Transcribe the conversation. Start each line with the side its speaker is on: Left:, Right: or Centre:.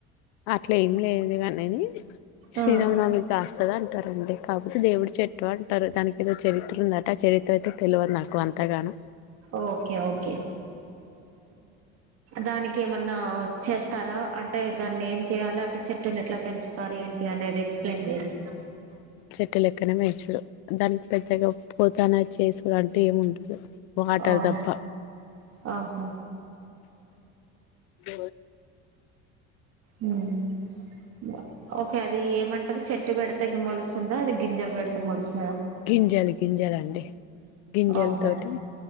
Left: అట్లే ఏం లేదు కానీని శ్రీరామనామికి
Right: ఆ
Left: కాస్తద అంటారండి కాకపోతే దేవుడి చెట్టు అంటే టారు దానికి ఏదో చరిత్ర ఉందట చరిత్ర అయితే తెలియదు నాకు అంతగాన
Right: ఓకే ఓకే దానికి ఏమన్నా చేస్తారా అంటే అంటే దాన్ని ఏం చెయ్యాలి అంటే చెట్టుని ఎట్లా పెంచుతారు ఏంటి అనేది ఎక్స్ప్లెయిన్ చేయ
Left: ట్ట లెక్కనే వేయించడు దానికి పెద్దగా పోతాన చేసుడు అంటే ఏమి ఉండదు వాటర్
Right: ఆఓ
Left: తప్ప
Right: ఆహా
Left: బ
Right: అ ఓకే అది ఏమంటారు చెట్టు పెడితే మలుస్తుందా అది గింజాలు పెడతే మొలుస్తు
Left: గింజలు గింజలు అండి గింజలు
Right: అవునా
Left: తోటి